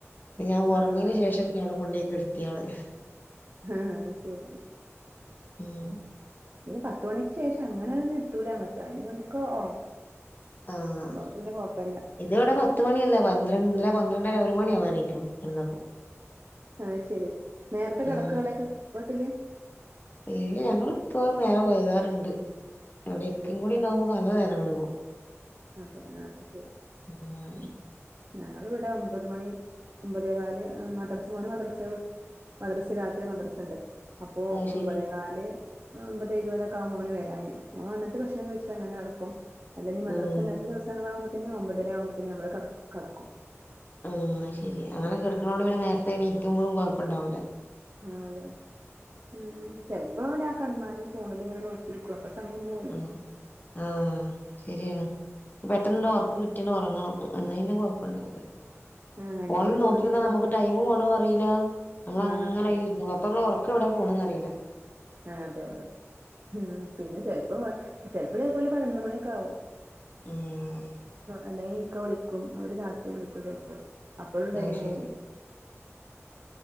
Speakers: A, on the left (about 35°); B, on the right (about 50°).
A: ഞാൻ ഉറങ്ങിയയിന്
B: ആഹ്
A: ശേഷം പിന്നെ അവിടെ കൊണ്ടേയ് കെട ട്ട്യേള്
B: ആഹ് ശരി
A: ഉം
B: പിന്നെ പത്ത് മണിക്ക് ശേഷം അങ്ങനെ ഒന്നും എത്തൂല അങ്ങട്ട് അതിന്റെ മുന്നൊക്കെ ഒറങ്ങും
A: ആഹ്
B: അതുകൊണ്ട് പിന്നെ കൊഴപ്പല്ല
A: ഇത് ഇവിടെ പത്തു മണിയല്ല പന്ത്രണ്ട് ഇന്നലെ പന്ത്രണ്ടര ഒരു മണിയാവാറായിക്കണ് കിടന്നപ്പോ
B: ആഹ് ശെരി നേരത്തെ
A: ഉം
B: കെടക്കോ അവടൊക്കെ പോട്ടില്
A: ഇല്ല ഞങ്ങൾ ഇപ്പോ നേരം വൈകാറുണ്ട് ഇവിടെ ഇക്കിം
B: അതെ
A: കൂടെ ഉണ്ടാവുമ്പോ നല്ല നേരം വൈകും
B: അതെ ആഹ് ശരി
A: ഉം
B: ഉമ് ഞങ്ങളിവിടെ ഒമ്പത് മണി ഒൻമ്പതേ കാല് മദ്രസ് മോന് മദ്രസ മദ്രസ രാത്രി മദ്രസണ്ട് അപ്പോ
A: അത്
B: ഒമ്പത്
A: ശരി
B: കാല് ഒമ്പത് ഇരുപതൊക്കെ ആകും മോന് വരാന് മോൻ വന്നിട്ട് ഭക്ഷണം കഴിച്ചിട്ട് അങ്ങനെ കടക്കും അല്ലെങ്ക മദ്രസ
A: ഉം
B: ഇല്ലാത്ത ദിവസങ്ങളാവക്പത്തിന് ഒമ്പതര ആകുമ്പോത്തിന് നമ്മള് കട കടക്കും
A: ആഹ് ശരി അങ്ങനെ കെടുക്കണോണ്ട് പിന്നെ നേരത്തെ എണീക്കുമ്പോഴും കുഴപ്പണ്ടാവൂല
B: ആഹ് അതെ അതെ ഉമ് ചെപ്പോല കടന്നാലും ഫോണിൽങ്ങനെ നോ ഇടുക പ്പ സമയം പോവല്ലെ
A: ഉം ആഹ് ശരിയാണ് പെട്ടെന്നണ്ട് ഓർക്ക് കിട്ടിട്ടണ്ട് ഉറങ്ങണം എന്നതിന്റെ കൊഴപ്പുണ്ടാവില്ല
B: ആഹ് അല്ലെങ്കി
A: ഫോണിൽ
B: ഫോണിലിങ്ങനെ
A: നോക്കിരുന്ന നമുക്ക്
B: നോക്കിയിരിക്കും
A: ടൈം പോണ അറിയില്ല നമ്മൾ
B: ആഹ്
A: അങ്ങനെ
B: അതെ
A: ആയില് ഇരി അപ്പ നമ്മ ക്കെവടെ പോണന്ന് അറീ
B: ആഹ് അതെ അതെ ആഹ് പിന്നെ ചെലപ്പോ ചെലപ്പോ ഇതേ പോലെ പന്ത്രണ്ട് മണിയൊക്കെ ആകും
A: ഉം
B: അല്ലെങ്കി ഇക്ക വിളിക്കും അവര് രാത്രി വിളിക്കും ചിലപ്പോ അപ്പളും
A: അത്
B: ടൈം പൊവും
A: ശരി